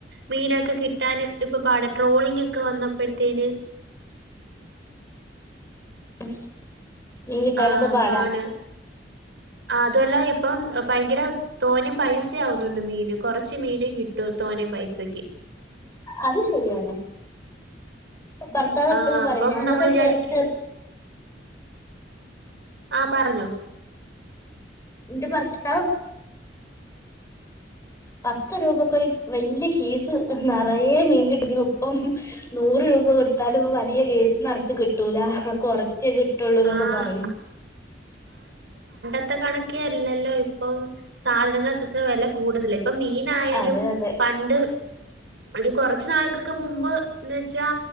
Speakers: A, on the right; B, on the left.
A: മീനൊക്കെ കിട്ടാൻ ഇപ്പൊ പാടാ ട്രോള് ളിങ്ങക്കെ വന്നപ്പഴ്തേന്ന്
B: ഉം മീൻ കിട്ടാനൊക്കെ
A: ആ
B: പാടാ
A: ആണ് ആ അതുവല്ല ഇപ്പം പയങ്കര തോനേം പൈസയാവുന്നുണ്ട് മീന് കൊറച്ച് മീനേ കിട്ടു തോ നെ പൈസക്ക്
B: അത് ശെരിയാണ് ഭർത്താവ് എപ്പഴും
A: ആ
B: പറയും
A: അപ്പം
B: ഞാനത്
A: നമ്മൾ വിചാരിക്കും
B: ചെ ചെറി
A: ആ പറഞ്ഞോ
B: എന്റെ ഭർത്താവ് പത്ത് രൂപക്ക് ഒരു വല്യ കേസ് നേറയെ മീൻ കിട്ടിരുന്നു ഇപ്പം നൂറ് രൂപ കൊടുത്താലും വലിയ കേസ് നെറച്ച് കിട്ടൂല കൊറ ച്ചെ കിട്ടുള്ളൂ ന്നൊക്കെ
A: ആഹ്
B: പറയും
A: ത്ത കണക്കെ അല്ലല്ലോ ഇപ്പം സാധനങ്ങക്കൊക്കെ വെല കൂടുതലേ ഇപ്പൊ മീനായാലും
B: അതെ അതെ
A: പണ്ട്
B: <unintelligible>
A: ഒരു കൊറച്ച് നാൾക്കൾക്ക് മുമ്പ് എന്ന്ച്ചാ